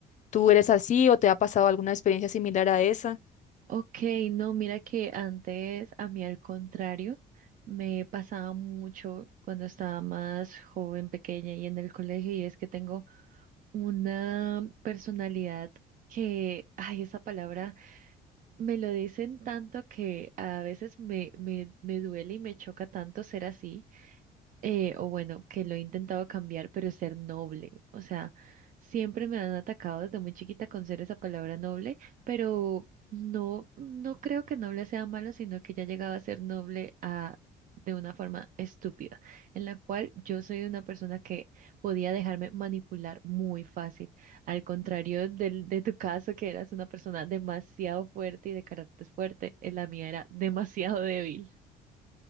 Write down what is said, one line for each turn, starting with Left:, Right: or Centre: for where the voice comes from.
Left: tú eres así o te ha pasado alguna experiencia similar a esa.
Right: Ok, no, mira que antes a mí al contrario, me pasaba mucho cuando estaba más joven, pequeña y en el colegio, y es que tengo una personalidad que, ay, esa palabra me lo dicen tanto que a veces me, me, me duele y me choca tanto ser así eh, o bueno, que lo he intentado cambiar, pero ser noble. O sea, siempre me han atacado desde muy chiquita con ser esa palabra noble, pero no, no creo que noble sea malo, sino que ya llegaba a ser noble a, de una forma estúpida, en la cual yo soy una persona que podía dejarme manipular muy fácil, al contrario del, de tu caso, que eras una persona demasiado fuerte y de carácter fuerte, eh, la mía era demasiado débil.